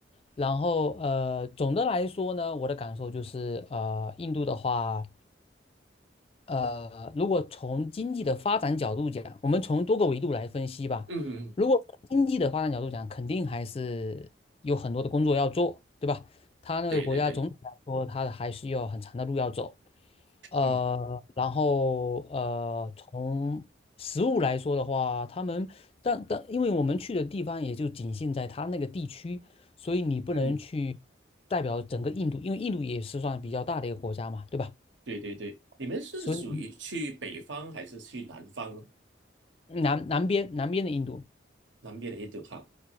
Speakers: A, on the left; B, on the right.
A: 然后呃，总的来说呢，我的感受就是呃，印度的话。呃，如果从经济的发展角度讲，我们从多个维度来分析吧。
B: 嗯嗯
A: 如果从经济的发展角度讲，肯定还是有很多的工作要做，对吧？他那个国家总体来说，
B: 对对对，
A: 他还是有很长的路要走。呃，
B: 嗯
A: 然后呃，从食物来说的话，他们但但因为我们去的地方也就仅限在他那个地区，所以你不能去
B: 嗯，
A: 代表整个印度，因为印度也是算比较大的一个国家嘛，对吧？
B: 对对对，你们是属于去北方还是去南方呢
A: 所以南南边南边的印度，
B: 南边的印度哈，